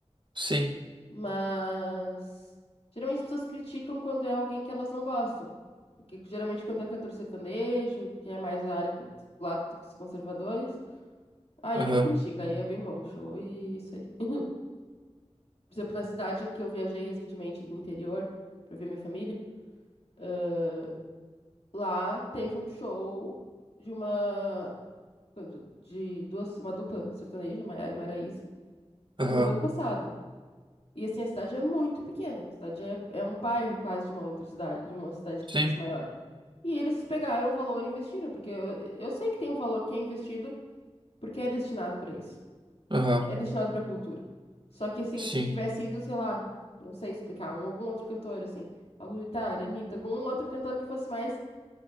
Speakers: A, on the right; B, on the left.
A: sim,
B: Mas geralmente as pessoas criticam quando é alguém que elas não gostam. Porque geralmente quando é cantor sertanejo, que é mais a área co- do lado dos conservadores, aí
A: aham,
B: ninguém critica, aí é bem bom o show e é isso aí. <laughs> Por exemplo, na cidade que eu viajei recentemente do interior pra ver minha família, eh, lá teve um show de uma de duas, uma dupla sertaneja, Maiara e Maraísa,
A: aham,
B: no ano passado. E assim, a cidade é muito pequena. A cidade é, é um bairro quase de uma outra cidade, de uma cidade que
A: sim,
B: fosse maior. E eles pegaram o valor e investiram, porque eu, eu sei que tem um valor que é investido porque é destinado para isso.
A: aham,
B: É destinado para cultura. Só que assim,
A: sim,
B: se tivesse ido, sei lá, não sei explicar, um, algum outro cantor, assim, Pablo Vittar, Anitta, algum outro cantor que fosse mais